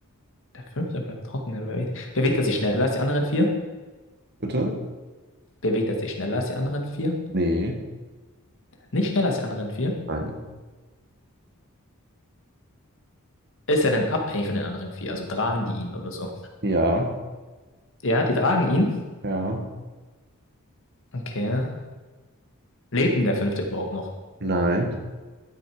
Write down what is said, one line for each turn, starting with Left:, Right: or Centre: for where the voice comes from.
Left: Der fünfte bleibt trocken. Er Bewegt, bewegt er sich schneller als die anderen vier?
Right: Bitte?
Left: Bewegt er sich schneller als die anderen vier?
Right: Nee,
Left: Nicht schneller als die anderen vier?
Right: nein.
Left: Ist er denn abhängig von den anderen vier? Also tragen die ihn oder so?
Right: Ja,
Left: Ja, die tragen ihn.
Right: ja,
Left: Okay. Lebt denn der Fünfte überhaupt noch?
Right: nein,